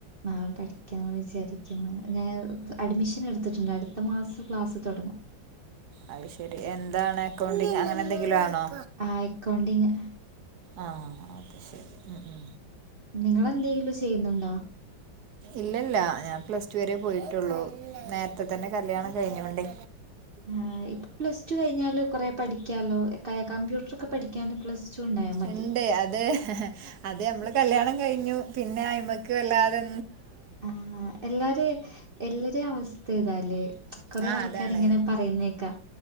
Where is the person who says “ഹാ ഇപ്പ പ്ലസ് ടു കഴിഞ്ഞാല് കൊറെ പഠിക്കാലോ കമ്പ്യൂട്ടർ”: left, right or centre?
Right